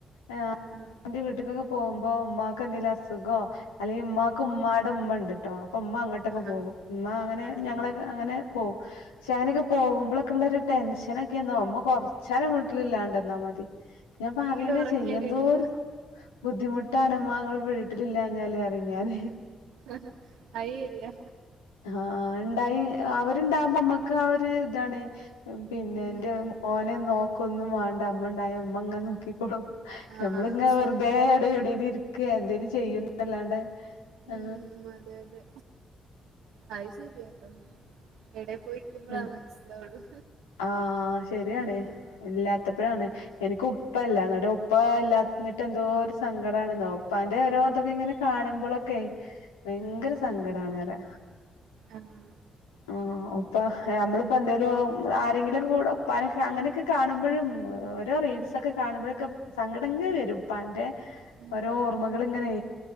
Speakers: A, on the left (about 85°); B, on the right (about 75°).
A: ആ്
B: ആഹ്
A: എന്റെ വീട്ടക്കൊക്കെ പോകുമ്പോ ഉമ്ക്ക് എന്തെങ്കലും അസുഖോ അല്ലെങ്കിൽ ഉമമാക്ക് ഉമ്മായുടെടെ ഉമ്മ ഉണ്ട് ോ അപ്പൊ ഉമ്മ അങ്ങോട്ടൊക്കെ
B: ആഹ്
A: പോകും ഉമ്മ അങ്ങനെ
B: ഓഹ്
A: ഞങ്ങളെ അങ്ങനെ പോകും പക്ഷെങ്ങനൊക്കെ പോകുമ്പോഴൊക്കെള്ള ഒരു ടെൻഷനൊക്കെന്ന നുമമ്മ കുറച്ച നോലം വീട്ടില ഇില്ലാ മതി ഞാൻ പറയണ്ടേ
B: വീട് ഉറങ്ങിയവരുണ്ട്
A: ചെയ്യും എന്തോ ഒരു ബുദ്ധിമുട്ടാണ്മ്മങ്ങൾ
B: ഉം
A: വീട്ടിലില്ല ഞ്ഞാലേ അറിഞ്ഞഞൻ
B: ആഹ അയരിയ
A: ആഹ ഉണ്ടായി അവരുണ്ടകുമ്പോ നമ്മക്ക് ആ ഒരു തെ പിന്നെ
B: ഉം
A: എന്റെ മോനെ നോ ഒൊന്നും വേണ്ട അമ്മ ഉണ്ടായ അമ്മ അങ്ങനെ നോക്കി ഓ
B: ആഹ്
A: നമ്മളിങ്ങ
B: അത് ശരിയാ
A: വെറുതെ എടെ എവിടെ എന്തേിലും ചെയ്യന്ന അല്ലാണ്ട് ആ
B: ഉം അതെ അതെ അത് ശീരിയയാട്ടോ എടെ പോയി നിക്കുമ്പളാ
A: ഉ
B: മനസ്സിലാവുള്ളു
A: ആഹ ശരിയാണ്േ
B: ഉം
A: ഇല്ലാത്തപ്പോഴാണ് എനിക്ക് ഉ ഉപ്പ ഇല്ലാഞ്ഞിട്ട് എന്തോ ഒരു സങ്കടണെന്നോ ഉപ്പാന്റെ ഓരോ ഇതൊക്കെ ഇങ്ങനെ കാണുമ്പോഴൊക്കെ ഭയങ്കര
B: ആണല്ലേ
A: സങ്കടാണ് വറെ
B: ആഹ്
A: ആ ഇപ്പൊ നമ്മളിപ്പോ എന്തേലും ആരെങ്കിലുംക്കെ കൂട ഉപ്പാനൊെ അങ്ങനെയൊക്കെ കാണുമ്പോഴും ഓരോ റീൽസ്
B: ഉം
A: ഒക്കെ കാണുമ്പോഴൊക്കെ സങ്കടങ്ങെ വരും ഉപ്പാന്റെ
B: ഉം
A: ഓരോ ഓർമ്മകൾ ഇങ്ങനെ